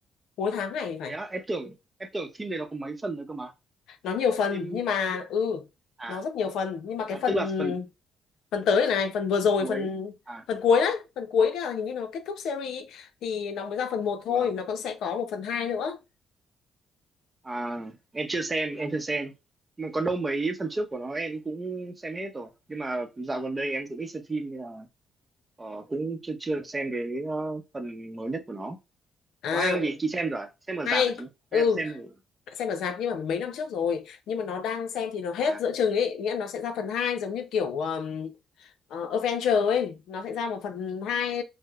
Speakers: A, on the left; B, on the right.
A: cuối tháng này phải
B: thế á em tưởng em tưởng phim này nó có mấy phần nữa cơ mà
A: nó nhiều phần
B: phim
A: nhưng mà
B: bị-
A: ừ
B: à,
A: nó rất nhiều phần nhưng mà
B: à
A: cái phần
B: tức là phần
A: phần tới này phần vừa rồi
B: cuối
A: phần
B: à
A: phần cuối đấy phần cuối cái là hình như nó kết thúc series ý, thì nó mới ra phần một thôi
B: vâng
A: nó cũng sẽ có một phần hai nữa
B: à em chưa xem em chưa xem mà có đâu mấy phần trước của nó em cũng xem hết rồi nhưng mà dạo gần đây em cũng ít xem phim nên là ờ, cũng chưa chưa được xem cái ờ, phần mới nhất của nó
A: à
B: có hay không chị chị xem rồi à? xem ở
A: hay
B: rạp hả chị
A: ừ
B: hay là xem ở
A: xem ở rạp nhưng mà mấy năm trước rồi nhưng mà nó đang xem thì nó hết
B: à
A: giữa chừng ấy nghĩa là nó sẽ ra phần hai giống như kiểu um, ờ, Avenger ấy nó sẽ ra một phần hai